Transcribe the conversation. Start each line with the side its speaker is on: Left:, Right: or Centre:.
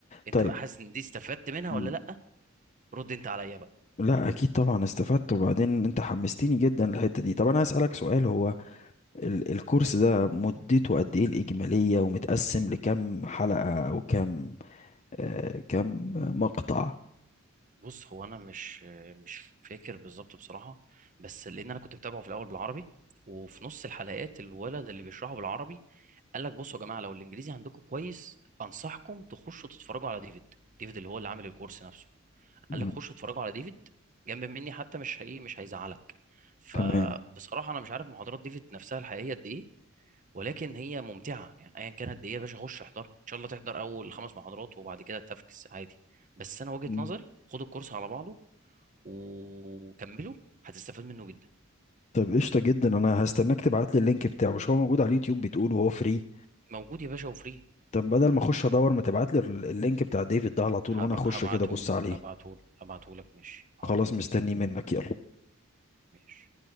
Right: انت
Left: طيب
Right: بقى حاسس ان دي استفدت منها
Left: مم.
Right: ولا لا رد انت عليا بقى
Left: لا اكيد طبعا استفدت وبعدين انت حمستني جدا للحته دي طب انا هسألك سؤال هو ال الكورس ده مدته قد ايه الاجماليه ومتقسم لكم حلقه او كم آه كم مقطع
Right: بص هو انا مش مش فاكر بالظبط بصراحه بس لان انا كنت متابعه في الاول بالعربي وفي نص الحلقات الولد اللي بيشرحه بالعربي قال لك بصوا يا جماعه لو الانجليزي عندكم كويس انصحكم تخشوا تتفرجوا على ديفيد ديفيد اللي هو اللي عامل الكورس نفسه
Left: مم.
Right: قال لك خشوا اتفرجوا على ديفيد جنب مني حتى مش هي مش هيزعلك فبصراحه
Left: تمام
Right: انا مش عارف محاضرات ديفيد نفسها الحقيقيه قد ايه ولكن هي ممتعه يعني ايا كانت قد ايه يا باشا خش احضرها ان شاء الله تحضر اول خمس محاضرات وبعد كده تفكس عادي بس انا وجهه
Left: مم.
Right: نظري خد الكورس على بعضه وكمله هتستفاد منه جدا
Left: طب قشطه جدا انا هستناك تبعت لي اللينك بتاعه مش هو موجود على اليوتيوب بتقول وهو فري
Right: موجود يا باشا وفري
Left: طب بدل ما اخش ادور ما تبعت لي ال- اللينك بتاع ديفيد ده على طول
Right: هب-
Left: وانا اخش
Right: هبعتهولك
Left: كده ابص عليه
Right: هبعتهولك هبعتهولك ماشي حاضر
Left: خلاص مستني
Right: يلا
Left: منك يلا
Right: ماشي